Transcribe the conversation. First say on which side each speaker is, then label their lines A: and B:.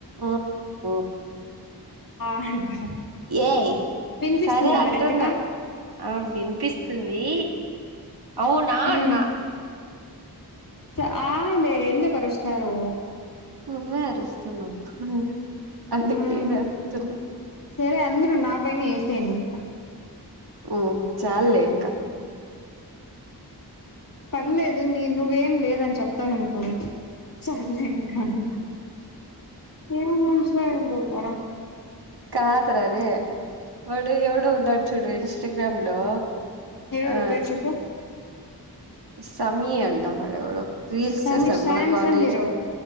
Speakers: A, on the right; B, on the left.
A: ఉమ్ ఉమ్
B: <unintelligible>
A: ఏయ్
B: వినిపిస్తుందా
A: సరే అంటున్న
B: కరెక్ట్ గా
A: ఆ వినిపిస్తుంది అవునా
B: ఉమ్
A: అన్న
B: <unintelligible> ఎందుకు అరుస్తారు
A: నువ్వే అరుస్తున్నావు అందుకు
B: ఉమ్
A: నేను అరుస్తున్న
B: సరే అందరు నా పైన వేసేయండి ఇంక
A: ఉ చాలే ఇంక
B: పర్లేదు నీ నువ్వేం లేదని చెప్త అనుకోవే చల్లే ఇంక అంట ఎం మనుషులో ఏమో పొర
A: కాదు రా రే వాడు ఎవడో ఉన్నాడు చూడు ఇంస్టాగ్రామ్ లో
B: ఎవరు
A: ఆ
B: పేరు చెప్పు
A: సమీ అంట ఎవరో రీల్స్
B: సమీర్
A: చేస్తాడు
B: శ్యామ్
A: మన కాలేజ్
B: సమీరు